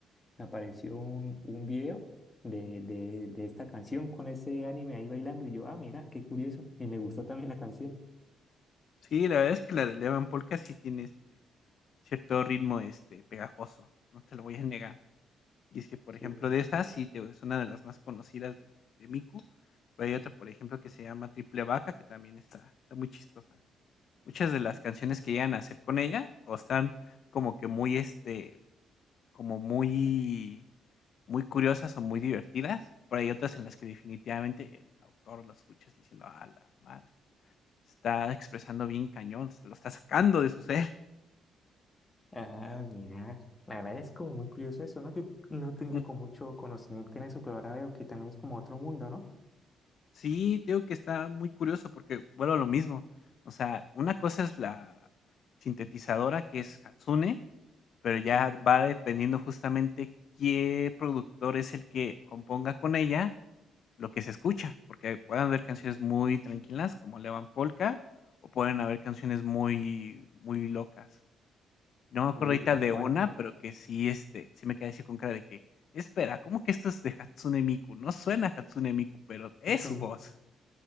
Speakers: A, on the left; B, on the left.
A: me apareció un, un video de, de, de esta canción con ese anime ahí bailando y yo, ah, mira, qué curioso. Y me gustó también la canción.
B: Sí, la verdad es que la de Levan Polka sí tiene este. Cierto ritmo, este, pegajoso, no te lo voy a negar. Y es que, por
A: Sí.
B: ejemplo, de esas sí te es una de las más conocidas de de Miku, pero hay otra, por ejemplo, que se llama Triple Vaca, que también está está muy chistosa. Muchas de las canciones que llegan a hacer con ella, o están como que muy, este, como muy muy curiosas o muy divertidas, pero hay otras en las que definitivamente el autor lo escuchas diciendo: ah la madre, se está expresando bien cañón, se lo está sacando de su ser".
A: Ah, mira, la verdad es como muy curioso eso, ¿no? Yo no tenía
B: <laughs>
A: como mucho conocimiento en eso, pero ahora veo que también es como otro mundo, ¿no?
B: Sí, te digo que está muy curioso porque vuelvo a lo mismo. O sea, una cosa es la sintetizadora que es Hatsune, pero ya
A: Sí.
B: va dependiendo justamente qué productor es el que componga con ella lo que se escucha, porque pueden haber canciones muy tranquilas como Levan Polka o pueden haber canciones muy muy locas. No me acuerdo
A: Y
B: ahorita
A: tal
B: de
A: cual.
B: una, pero que sí este, sí me quedé así con cara de que, espera, ¿cómo que esto es de Hatsune Miku? No suena a Hatsune Miku, pero es
A: <laughs>
B: su voz.